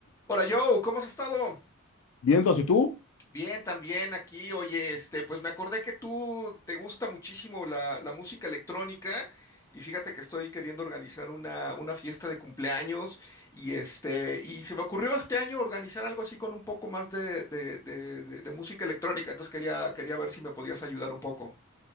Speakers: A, on the left; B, on the left.
A: Hola Joe, ¿cómo has estado?
B: Vientos, ¿y tú?
A: Bien, también aquí. Oye, este, pues me acordé que tú te gusta muchísimo la, la música electrónica y fíjate que estoy queriendo organizar una, una fiesta de cumpleaños y este, y se me ocurrió este año organizar algo así con un poco más de, de- de- de- de música electrónica. Entonces quería, quería ver si me podías ayudar un poco.